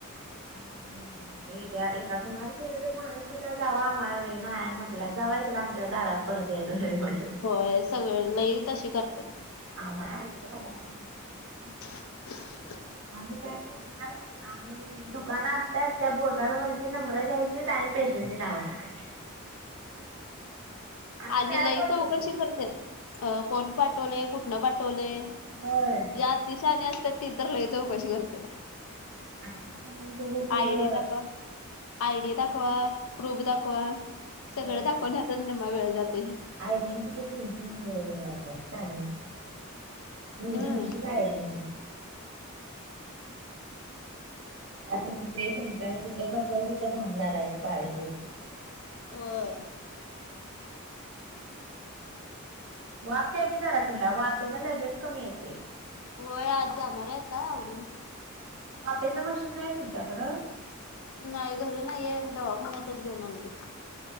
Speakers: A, on the right; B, on the left.
A: आणि हे घ्या रे, आता घरात गेल तर मानुस होता जावा आम्हाला वेळ म्हटला. जाव एककदा आमच्या दारात परत यायचं म्हटल.
B: होय सगळी लई तशी करत्यात.
A: <unintelligible>
B: <unintelligible>
A: आम्ही काय करणार आम्ही. दुकान असतात त्या बोर्डावरची नंबर घ्यायची आणि पेशंटची नाव टाकायचीत. आम्ही
B: आणि
A: तयार
B: लई
A: करत
B: चौकशी
A: होतो.
B: करते तेच कोण पाठवल, कुठनं पाठवलय.
A: होय..
B: आती शानी असतात ती तर लई चौकशी करत्यात.
A: आता कशी
B: आयडी
A: ग,
B: दाखव. आयडी दाखवा, प्रूफ दाखवा, सगळं
A: होय
B: दाखवण्याचाच निम्मा वेळ जातय.
A: <unintelligible> <unintelligible>
B: हम्म
A: आता ड्रेस यांच्यावर कुठे बसल तिथं घाम लागायची पाळी ड्रेसला.
B: हो..
A: वाफ द्या ना तिला वाफेन लगेच कमी येतय.
B: होय आज जाणार आहे आता आवरून.
A: वापेचं मशीन नाही तुमच्याकडं
B: नाही घरी नाही ये मी दवाखान्यातच देऊन आणते.